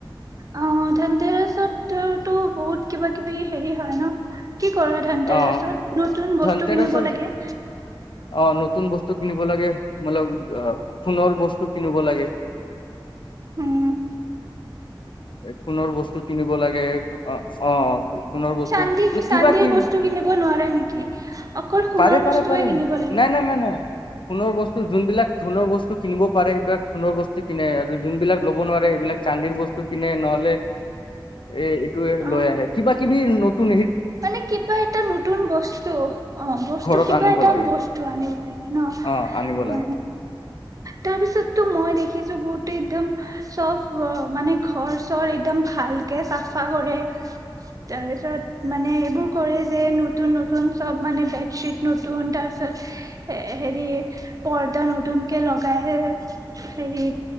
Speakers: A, on the right; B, on the left.
A: ধন ধেনতেৰেছত তো বহুত কিবা কিবি হেৰি হয় ন? কি কৰা ধানতেৰাছত
B: অ
A: নতুন
B: ধনতেৰছৰ
A: বস্তু কিনিব লাগে।
B: অ' নতুন বস্তু কিনিব লাগে মল আহ সোণৰ বস্তু কিনিব লাগে।
A: উম।
B: সোণৰ বস্তু কিনিব লাগে অ' অ' সোণৰ বস্তু
A: চান্দি
B: বো
A: চান্দিৰ
B: কিবা কিব
A: বস্তু কিনিব নোৱাৰে নেকি অকল সোণৰ
B: পাৰে পাৰে
A: বস্তুৱে
B: পাৰে
A: কিনিব লাগে
B: নাই নাই নাই নাই সোণৰ বস্তু যোনবিলাক সোণৰ বস্তু কিনিব পাৰে সেইবিলাক সোণৰ বস্তু কিনে আৰু যোনবিলাক ল'ব নোৱাৰে সিবিলাক চান্দিৰ বস্তু টো কিনে নহ'লে এ এইটোয়ে
A: অ
B: লৈ আহে কিবা কিবি নতুন
A: মানে কিবা এটা নতুন বস্তু অ' বস্তু
B: ঘৰত
A: কিবা
B: আনিব
A: এটা
B: লাগে
A: বস্তু আনিব লাগে ন
B: অ আনিব লাগে
A: অ' তাৰপিছত তো মই দেখিছো বহুতো এক্দম চব মানে ঘৰ চৰ একদম ভালকে চাফা কৰে তাৰপিছত মানে এইবোৰ কৰে যে নতুন নতুন চব মানে বেডশ্বিট নতুন তাৰপিছত এ হেৰি পৰ্দা নতুন কে লগাই হেৰি